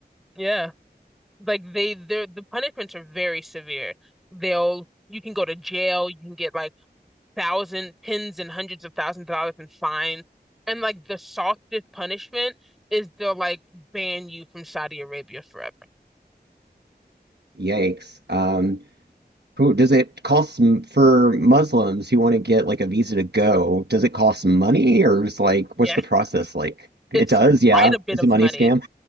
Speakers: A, in the centre; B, on the right.
A: yeah. Like they, they the punishments are very severe. They'll you can go to jail, you can get like thousand tens and hundreds of thousands of dollars in fines. And like the softest punishment is they'll like ban you from Saudi Arabia forever.
B: Yikes. Um, Who Does it cost m- for Muslims who want to get like a visa to go? Does it cost money or is like
A: Yes,
B: what's the process like? It
A: it's
B: does,
A: quite
B: yeah.
A: a bit
B: It's
A: of
B: a money
A: money.
B: scam.